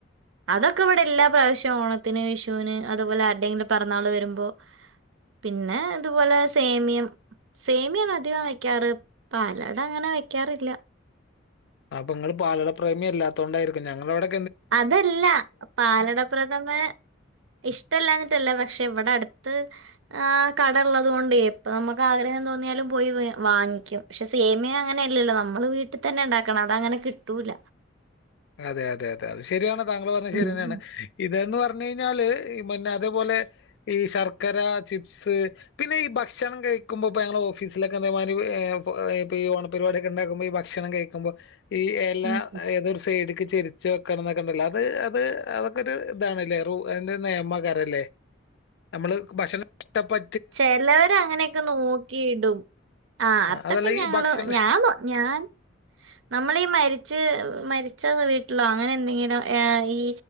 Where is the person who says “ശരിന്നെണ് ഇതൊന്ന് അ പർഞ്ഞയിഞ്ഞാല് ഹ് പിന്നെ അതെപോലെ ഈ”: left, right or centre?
Left